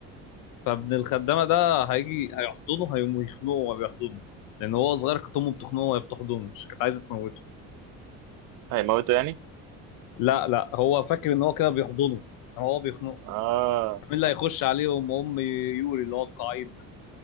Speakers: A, on the left; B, on the right.
A: فابن الخدامة ده هيجي هيحضنه هيقوم يخنقه وهو بيحضنه لان هو صغير كانت امه بتخنقه وهي بتحضنه مش كانت عايزة تموته
B: هيموتوا يعني
A: لا لا هو فاكر ان هو كده بيحضنه إنما هو بيخنقه
B: آه
A: مين اللي هيخش عليهم ام يوري اللي هو القعيد ده